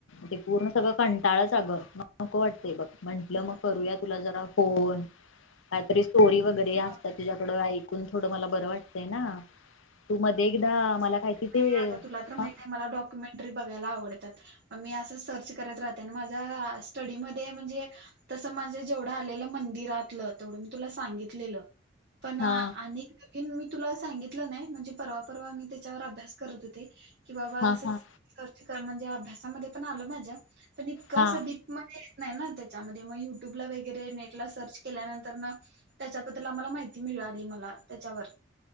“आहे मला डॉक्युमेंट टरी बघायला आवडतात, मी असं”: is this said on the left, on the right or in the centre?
Right